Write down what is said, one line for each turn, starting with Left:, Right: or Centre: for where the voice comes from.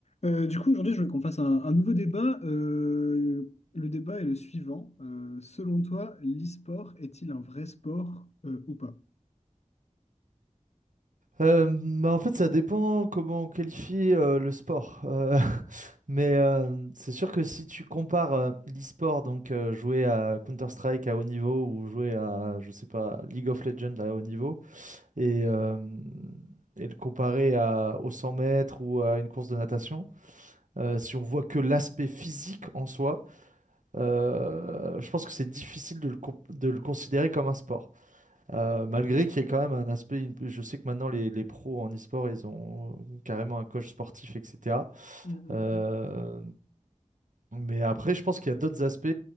Left: Euh, du coup, aujourd'hui, je voulais qu'on fasse un, un nouveau débat. Euh, le débat est le suivant. Euh, selon toi, l'e-sport est-il un vrai sport euh, ou pas?
Right: Euh, bah, en fait, ça dépend comment on qualifie euh, le sport. Euh, <laughs> mais euh, c'est sûr que si tu compares euh, l'e-sport, donc euh, jouer à Counter-Strike à haut niveau ou jouer à, je sais pas, League of Legends à haut niveau, et, euh, et le comparer à, aux 100 mètres ou à une course de natation, euh, si on voit que l'aspect physique en soi, euh, je pense que c'est difficile de le, comp- de le considérer comme un sport. Euh, malgré qu'il y ait quand même un aspect, une- je sais que maintenant les, les pros en e-sport, ils ont carrément un coach sportif, etc.
Left: Mm, mm,
Right: Euh,
Left: mm.
Right: mais après, je pense qu'il y a d'autres aspects